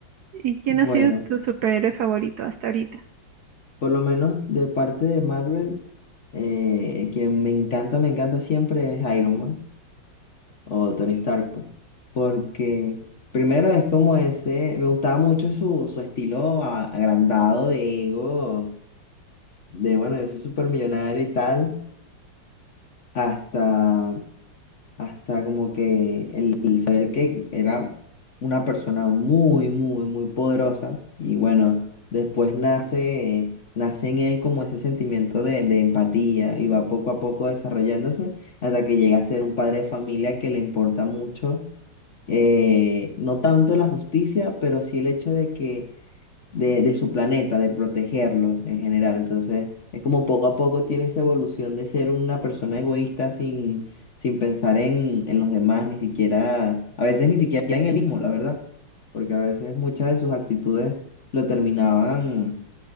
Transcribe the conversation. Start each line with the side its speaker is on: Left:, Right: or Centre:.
Right: ¿Y quién
Left: Bueno,
Right: ha sido tu superhéroe favorito hasta ahorita?
Left: por lo menos de parte de Marvel. Eh, quien me encanta, me encanta siempre es Iron Man o Tony Stark, pues. Porque primero es como ese, me gustaba mucho su, su estilo a- agrandado de ego, de bueno, yo soy súper millonario y tal, hasta hasta como que el, el saber que era una persona muy, muy, muy poderosa y bueno, después nace, nace en él como ese sentimiento de, de empatía y va poco a poco desarrollándose hasta que llega a ser un padre de familia que le importa mucho, eh, no tanto la justicia, pero sí el hecho de que de, de su planeta, de protegerlo en general. Entonces, es como poco a poco tiene esa evolución de ser una persona egoísta sin, sin pensar en, en los demás, ni siquiera, a veces ni siquiera en él mismo, la verdad, porque a veces muchas de sus actitudes lo terminaban